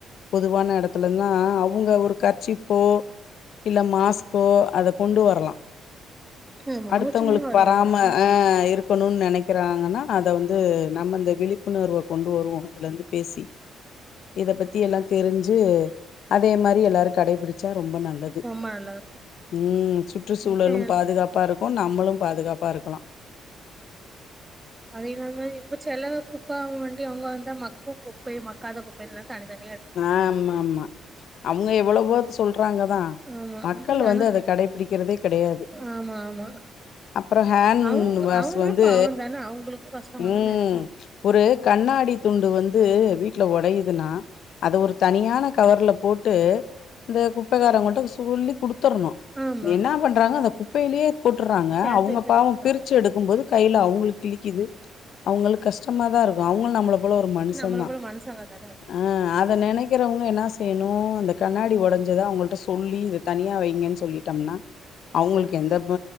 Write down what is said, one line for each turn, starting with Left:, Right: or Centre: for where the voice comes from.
Left: பொதுவான எடத்துலனா அவுங்க ஒரு கர்ச்சிப்போ இல்ல மாஸ்க்கோ அத கொண்டு வரலா
Right: ஆமா
Left: அடுத்தவங்ளுக்கு
Right: அவங்க சும்மா வருவாங்களா
Left: வராம ஆஹ இருக் இருக்கணுனு நெனைக்கிறாங்கனா அத வந்து நம்மந்த விழிப்புணர்வ கொண்டு வருவோ இதுல இருந்து பேசி இத பத்தி எல்லா தெரிஞ்சு அதே மாரி எல்லாரு கடைபிடிச்சா ரொம்ப நல்லது
Right: ரொம்ப நல்லா இருக்கு
Left: ம் சுற்றுச்சூழலு
Right: இப்ப
Left: பாதுகாப்பா இருக்கு நம்மளு பாதுகாப்பா இருக்கலா
Right: அதேதாங்க இப்ப செல குப்ப வண்டி அவங்க வந்தா மக்கும் குப்பை மக்காத குப்பைல்லா தனித்தனி
Left: ஆம்மாமா அவுங்க எவ்ளவோ சொல்றாங்க தா
Right: ஆமா
Left: மக்கள் வந்து
Right: ஆனா
Left: அத கடைபிடிக்கிறதே கெடையாது
Right: ஆமா ஆமா
Left: அப்றோ ஹேன்
Right: அவங்க
Left: வாஸ்
Right: அவங்களு
Left: வந்து
Right: பாவந்தான அவங்களுக்கு கஷ்டமா
Left: ம்
Right: தான இருக்கு
Left: ஒரு கண்ணாடி துண்டு வந்து வீட்ல உடையுதுனா அத ஒரு தனியான கவர்ல போட்டு இந்த குப்பைக்காரங்கிட்ட சொல்லி குடுத்தரணு
Right: ஆமா
Left: என்ன பண்றாங்க அந்த குப்பைலே போட்டுறாங்க
Right: சேத்து
Left: அவங்க
Right: வச்சு
Left: பாவம்
Right: வித்துறாங்க
Left: பிரிச்சு எடுத் க்கும் போது கைல அவங்ளுக்கு கிழிக்குது அவங்ளுக்கு கஷ்டமா தா இருக்கு அவங்களு நம்மள போல ஒரு மனுஷந்தா
Right: நம்மள போல மனுசங்க தான
Left: ஆ அத நெனைக்கிறவங்க என்னா செய்ணு அந்த கண்ணாடி உடஞ்சத அவங்கள்ட சொல்லி இதை தனியா வைங்கன்னு சொல்லி தம்னா அவங்ளுக்கு எந்த